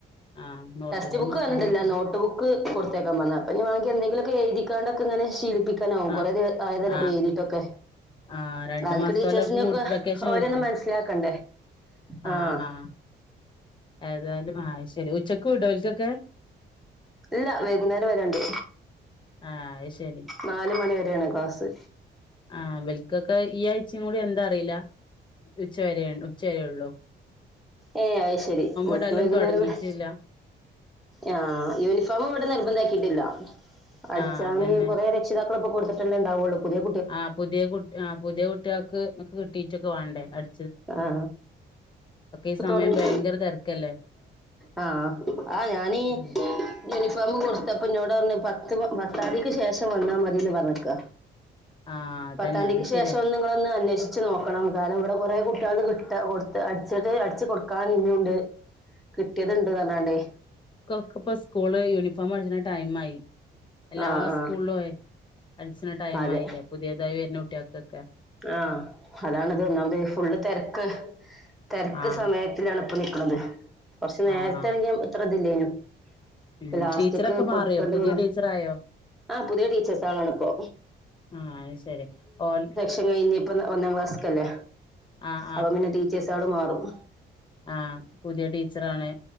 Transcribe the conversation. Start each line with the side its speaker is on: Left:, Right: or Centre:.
Left: ആ നോട്ട്ബുക്കും
Centre: ടെസ്റ്റ്‌ബുക്ക്
Left: പുസ്തകവും
Centre: പറഞ്ഞിട്ടില്ല
Left: ഒക്കെ
Centre: നോട്ട് നോട്ട് ബുക്ക് കൊട്ത്തെക്കാം പറഞ്ഞു. അപ്പ ഞാൻ <unintelligible> എന്തെലൊക്ക എഴുതിക്കാണ്ടക്കങ്ങനെ ശീലിപ്പി ക്കനാവും
Left: ആ
Centre: കൊറേത് ആയതല്ലെ
Left: ആ
Centre: ഇപ്പെയ്യ്തീട്ടൊക്കെ
Left: ആ രണ്ടു
Centre: ആദ്യക്ക
Left: മാസത്തോലെ
Centre: ടീച്ചേഴ്‌സിനെയൊക്കെ,
Left: അവർക്ക് വെക്കേഷൻ
Centre: ഓരൊ
Left: കൊടുത്തു
Centre: ഒന്ന് മനസ്സിലാക്കണ്ടേ?
Left: ആ
Centre: ആഹ്
Left: ആ ഏതായാലും, ആ ശരി, ഉച്ചക്ക് വിട്വോ ഓല്തൊക്കെ.
Centre: ഇല്ല വൈകുന്നേരം വരെ ഇണ്ട്
Left: ആഹ് അയ് ശെരി.
Centre: നാല്മണി വരേണ് ക്ലാസ്.
Left: ആ ഇവൽക്കൊക്കെ ഈ ആഴ്ച്ചിം കൂടി എന്താ അറീല്ല, ഉച്ച വരേ ണ് ഉച്ചവരേ ഉള്ളൂ.
Centre: ഏ അത് ശരി ഓൽക്ക്
Left: ഇടലും
Centre: വൈകുന്നേരം
Left: തുടങ്ങിയിട്ടില്ല
Centre: വരേ ആ യൂണിഫോമ് ഇവിടെ നിർബന്താക്കിട്ടില്ല അടിച്ചാന്
Left: ആ അതന്നെ
Centre: കൊറെ രെക്ഷ ക്ഷിതാകള് ഇപ്പ കൊടുത്തിട്ടല്ലെ ഇണ്ടാവൊള്ളൂ പുതിയേ
Left: ആ പുതിയെ കുട് ആ പുതിയേ കുട്ടിയാക്ക് ഒക്കെ കിട്ടീറ്റൊക്കെ വാണ്ടേ അട്
Centre: ആ ഇപ്പൊ
Left: ഈ സമയം
Centre: തൊടങ്ങി
Left: ഭയങ്കര തിരക്കല്ലേ
Centre: ആ ആ ഞാനീ
Left: ഉം
Centre: യൂണിഫോമ് കൊടുത്തപ്പന്നോട് പറഞ് പത്ത് പത്താംന്തിക്ക് ശേഷം വന്നാ മതിന്ന് പറഞ്ക്ക
Left: ആ അതന്നെ
Centre: പത്താംന്തിക്ക്
Left: അത്
Centre: ശേഷം
Left: ശരിയാ
Centre: ഒന്ന് ഒന്നന്വേഷിച്ച് നോക്കണം, കാരണം ഇവിടെ കൊറെ കുട്ടിയാളത് കിട്ടാ കൊടുത്ത് അടിച്ചിട്ട് അടിച്ച് കൊടുക്കാൻ ഇഞ്ഞുണ്ട്. കിട്ടിയെത് ഇണ്ട് ന്നർഞ്ഞാണ്ടേ
Left: ക്കൊക്കപ്പ സ്കൂള് യൂണിഫോം അടിച്ച്ണ ടൈമായി എല്ലാ
Centre: ആ ആ
Left: സ്കൂളൊയ് അടിച്ച്ണ ടൈമായില്ലേ
Centre: അതെ
Left: പുതിയതായി വര്നെ കുട്ടിയാക്കൊക്കെ.
Centre: ആ അതാണ്ത് ഒന്നാമതെയ് ഫുള്ള് തെരക്ക്. തെരക്ക്
Left: ആഹ്
Centre: സമയത്തിലാണ് ഇപ്പൊ നിക്ക്ണത് കൊർച്ച് നേരത്തെണെങ്കി
Left: ആഹ് ആഹ്
Centre: ഇത്ര ഇതില്ലേനു. ഇപ്പൊ
Left: ഉം
Centre: ലാസ്റ്റ്ക്ക്
Left: ടീച്ചറൊക്കെ മാറിയോ
Centre: കൊടുക്കേണ്ടി
Left: പുതിയേ
Centre: വന്നു
Left: ടീച്ചറായോ?
Centre: ആ പുതിയ ടീച്ചേഴ്സ് ആളാണിപ്പോ
Left: ആ അത് ശരി ഓൽ
Centre: അല്ല ഇനീപ്പം ഒന്നാം ക്ലാസ്സക്കല്ലേ
Left: ആഹ്
Centre: അപ്പ പിന്നെ ടീച്ചേഴ്സ ആള് മാറും
Left: ആ പുതിയ ടീച്ചറാണ്